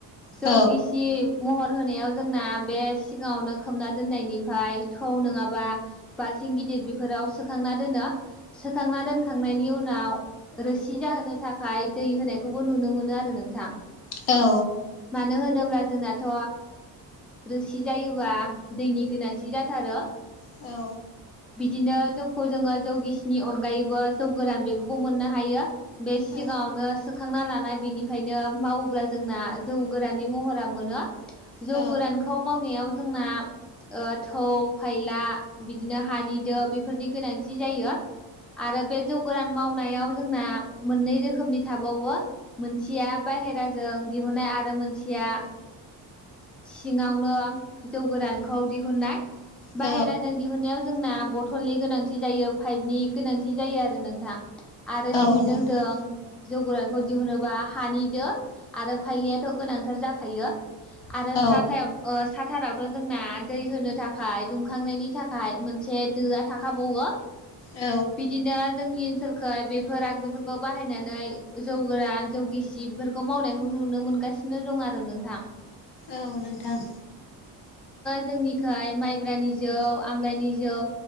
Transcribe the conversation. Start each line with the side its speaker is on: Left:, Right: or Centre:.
Centre: जौ
Left: औ
Centre: गिसि महर होनायाव जोंना बे सिगाङावनो खोमना दोननायनिफ्राय थौ नङाबा बाल्थिं। थिं गिदिर बेफोराव सोखांना दोनो सोखांना दोनखांनायनि उनाव रोसि जाहोनो थाखाय दै होनायखौबो नुनो मोनो आरो नोंथां
Left: औ
Centre: मानो होनोब्ला जोंनाथ' रोसि जायोबा दैनि गोनांथि जाथारो
Left: औ
Centre: बिदिनो जौखौ जोङो जौ गिसिनि अनगायैबो जौ गोरान बेखौबो मोननो हायो बे सिगाङावनो
Left: औ
Centre: सोखांना ला बेनिफ्रायनो मावोब्ला जोंना जौ गोराननि महरा मोनो जौ
Left: औ
Centre: गोरानखौ मावनायाव जोंना ओ थौ फायला बिदिनो हानि दो बेफोरनि गोनांथि जायो। आरो बे जौ गोरान मावनायाव जोंना मोननै रोखोमनि थाबावो मोनसेया बाहेराजों दिहुननाय आरो मोनसेया सिङावनो जौ गोदानखौ दिहुननाय बाहेराजों
Left: औ
Centre: दिहुनायाव जोंना बथलनि गोनांथि जायो पाइपनि गोनांथि जायो आरो नोंथां आरो
Left: औ
Centre: सिंजों
Left: नोंथां
Centre: जों जौ गोरानखौ दिहुनोबा हानिदो आरो फाइलियाथ' गोनांथार जाखायो आरो
Left: औ
Centre: साथायाव ओ साथारावथ' जोंना दै होनो थाखाय दुंखांनायनि थाखाय मोनसे दोआ थाखाबावो
Left: औ
Centre: बिदिनो जोंनि ओनसोलखो बेफोर आगजुफोरखौ बाहायनानै जौ गोरान जौ गिसि बेफोरखौ मावनायखौ नुनो मोनो मोनगासिनो दं आरो नोंथां
Left: औ नोंथां
Centre: जोंनिखाय माइब्रानि जौ आमलाइनि जौ